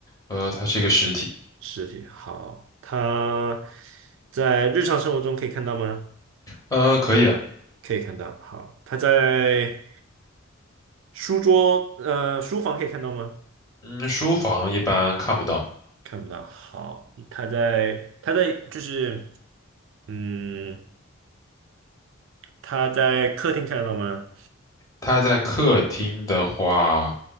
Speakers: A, on the left; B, on the right.
A: 呃，它是一个实体，
B: 实体？好，它在日常生活中可以看到吗？
A: 呃，可以啊，
B: 可以看到。好，它在。书桌，呃，书房可以看到吗？
A: 嗯，书房一般看不到，
B: 看不到。好，他在，他在，就是，嗯，他在客厅看得到吗？
A: 它在客厅的话，